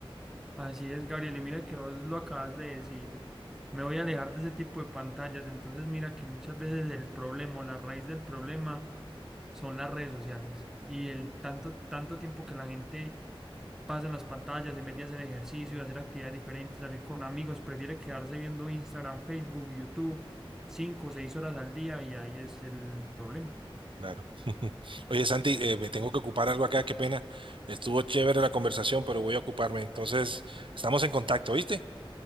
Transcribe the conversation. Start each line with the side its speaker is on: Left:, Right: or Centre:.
Centre: Así es, Gabriel, y mira que vos lo acabas de decir. Me voy a alejar de ese tipo de pantallas. Entonces, mira que muchas veces el problema, o la raíz del problema, son las redes sociales. Y el tanto, tanto tiempo que la gente pasa en las pantallas, en vez de hacer ejercicio, hacer actividades diferentes, salir con amigos, prefiere quedarse viendo Instagram, Facebook, YouTube, cinco o seis horas al día, y ahí es el problema.
Right: Claro. Oye, Santi, eh, me tengo que ocupar algo acá, qué pena. Estuvo chévere la conversación, pero voy a ocuparme. Entonces, estamos en contacto, ¿viste?